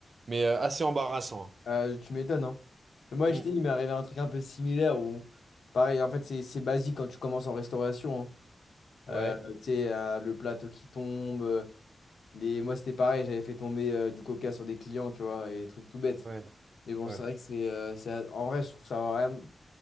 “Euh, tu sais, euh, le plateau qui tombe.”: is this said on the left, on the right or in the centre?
Left